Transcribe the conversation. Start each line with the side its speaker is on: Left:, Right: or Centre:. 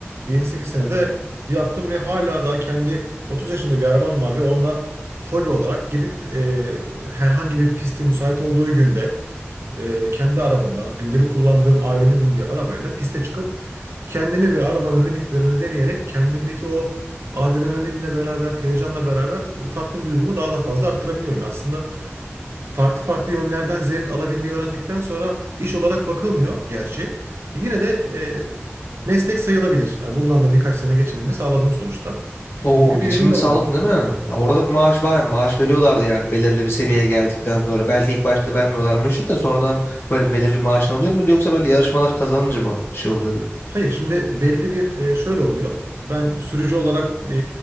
Right: Bir 7-8 senede yaptım ve hala daha kendi 30 yaşında bir arabam var ve onunla hobi olarak gidip e, herhangi bir pisti müsait olduğu günde e, kendi arabamla, gündelik kullandığım ailemin bindiği arabayla piste çıkıp kendimi ve arabanın limitlerini deneyerek kendimdeki o adrenalinle beraber, heyecanla beraber tatmin duygumu daha da fazla arttırabiliyorum. Aslında farklı farklı yönlerden zevk alabilmeyi öğrendikten sonra iş olarak bakılmıyor gerçi. Yine de e, meslek sayılabilir. Yani bundan da birkaç sene geçimimi sağladım sonuçta.
Left: Oo,
Right: Böyle
Left: geçimini
Right: bir yönüm de
Left: sağladın
Right: var.
Left: değil mi? Ya orada bir maaş var yani maaş veriyorlardı yani belirli bir seviyeye geldikten sonra. Belki ilk başta vermiyorlarmıştır da sonradan böyle bir belirli maaşın oluyor mu yoksa böyle yarışmalar kazanınca mı şey oluyordu?
Right: Hayır, şimdi belli bir e, şöyle oluyor. Ben sürücü olarak e,